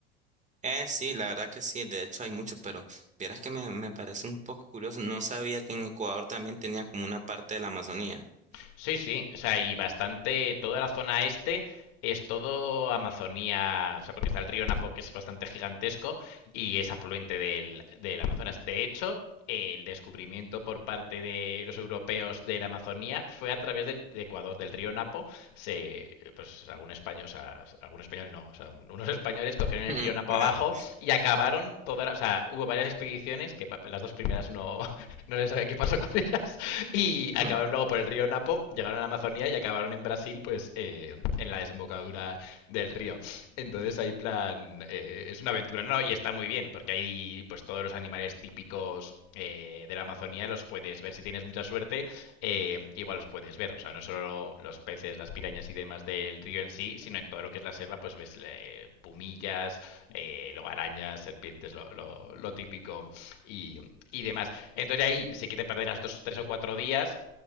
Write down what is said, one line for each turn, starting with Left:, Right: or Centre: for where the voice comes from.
Right: Eh, sí, la verdad que sí, de hecho hay mucho, pero vieras que me, me parece un poco curioso. No sabía que en Ecuador también tenía como una parte de la Amazonía. <laughs>
Left: Sí, sí, o sea, y bastante, toda la zona este es todo Amazonía, o sea, porque está el río Napo que es bastante gigantesco y es afluente del, del Amazonas. De hecho, el descubrimiento por parte de los europeos de la Amazonía fue a través del, de Ecuador, del río Napo. Se, pues algún español, o sea, algún español no, o sea, unos españoles cogieron el
Right: Mm,
Left: río Napo
Right: Ajá.
Left: abajo y acabaron todas, o sea, hubo varias expediciones que pa- las dos primeras no, <laughs> no se sabe qué pasó pasó con ellas. Y acabaron
Right: Mm.
Left: luego por el río Napo, llegaron a la Amazonía y acabaron en Brasil, pues eh, en la desembocadura del río. Entonces hay plan, eh, es una aventura, ¿no? Y está muy bien, porque hay pues todos los animales típicos eh, de la Amazonía los puedes ver. Si tienes mucha suerte, eh, igual los puedes ver. O sea, no solo los peces, las pirañas y demás del río en sí, sino en todo lo que es la selva, pues ves eh, pumillas, eh, luego arañas, serpientes, lo, lo- lo típico y, y demás. Entonces ahí sí que te perderás dos, tres o cuatro días